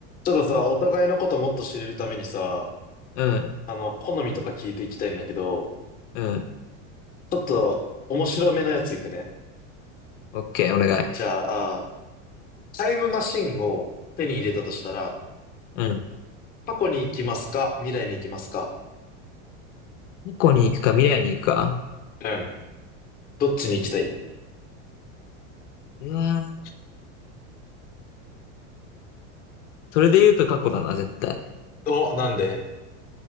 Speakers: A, on the left; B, on the left.
A: ちょっとさ、お互いのこともっと知れるためにさ、
B: うん、
A: あの、好みとか聞いていきたいんだけど、
B: うん。
A: ちょっと面白めのやついくね。
B: オッケー、お願い。
A: じゃあ、あータイムマシンを手に入れたとしたら、
B: うん。
A: 過去に行きますか未来に行きますか
B: 過去に行くか、未来に行くか。
A: うん。どっちに行きたい
B: うわーそれで言うと過去だな、絶対。
A: お、なんで